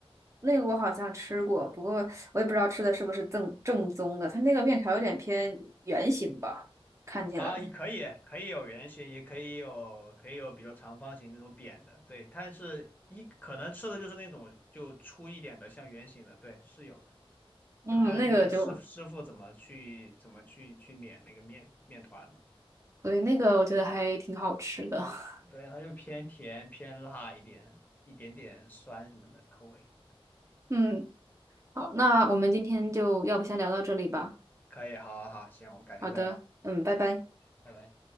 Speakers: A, on the right (about 30°); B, on the left (about 15°).
A: 那个我好像吃过，不过我也不知道吃的是不是正正宗的。它那个面条有点偏圆形吧，看起来。
B: 啊，也可以，可以有圆形，也可以有，可以有，比如长方形那种扁的，对，它是一可能吃的就是那种就粗一点的，像圆形的，对，是有的，
A: 嗯，
B: 就看那个师师傅怎么去怎么去去碾那个面面团嘛，
A: 那个就对，那个我觉得还挺好吃的。<laughs>
B: 对，它就偏甜偏辣一点，一点点酸什么的口味，
A: 嗯，好，那我们今天就要不先聊到这里吧。
B: 可以，好好好，行，我们改天再聊，
A: 好的，嗯，拜拜。
B: 拜拜。